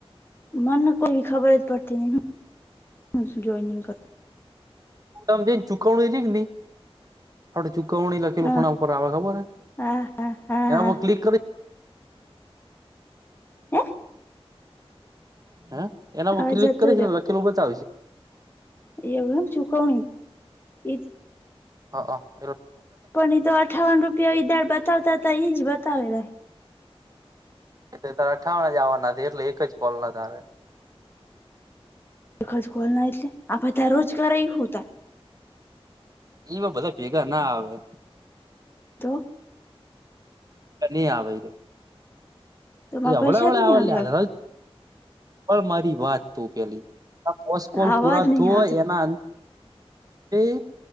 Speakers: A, on the left; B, on the right.
A: મને કોઈ ખબર જ પડતી નહીં શુ જોઈનિગ ક
B: તામની ને ચુકવણી ચીન ધી આપણને ચુકવણી લખેલું
A: હા
B: ખૂણામ ઉપર આવે ખબર હે?
A: હા. હા હા
B: એનાં
A: હા
B: ઉપર ક્લિક કરી
A: હે
B: હ એના હ
A: અવે
B: ક્લિક
A: જતો
B: કરી છે ને લખેલું બચાવીશ.
A: એવ એમ ચુકવણી ઇ ત
B: હ હ એ
A: કોની તો અઠ્ઠાવન રૂપયો ધાર બતાવતા હતા એઈ જ બતાવેલા
B: એ તારે અઠાવ જ આવવાના એટલે એક જ કોલ લગા રે
A: એક જ કોલ નાટલે આ બધા રોજ કર હુ હોતા
B: એવા બધા ભેગા ના આવે
A: તો
B: ની આ આવે <unintelligible>
A: તોમાં
B: એ
A: પૈસા
B: હવળ હવળા
A: જ નહી
B: આવ
A: આવ્યા
B: લ્યા, <unintelligible> મારી વાત તું પેલી આ પોસકોલ
A: હવે આવાજ
B: પૂરા
A: નહી
B: થોય
A: આવતો
B: એના અંદથી